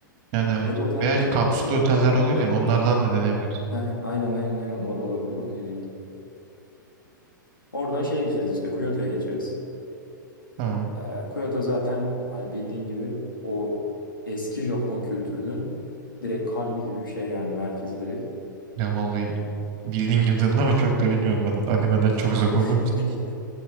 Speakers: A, on the right; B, on the left.
A: Yani evet.
B: Ya da otel
A: Veya
B: de olabilir.
A: kapsül
B: Otel de
A: oteller
B: o kadar pahalı
A: oluyor
B: değil.
A: ya onlardan da deneyebiliriz.
B: Hı hı, Aynen aynen aynen o da olabilir. Onu diyecektim. Oradan şeye geçeriz işte Kyoto'ya geçeriz.
A: Tamam.
B: Ee, Kyoto zaten hani bildiğin gibi o eski Japon kültürünün direkt kalbi gibi bir şey yani merkezi direkt.
A: Ya vallahi bildiğin gibi dedin ama çok da bilmiyorum ben animeden çok uzak
B: <laughs>
A: olduğum için.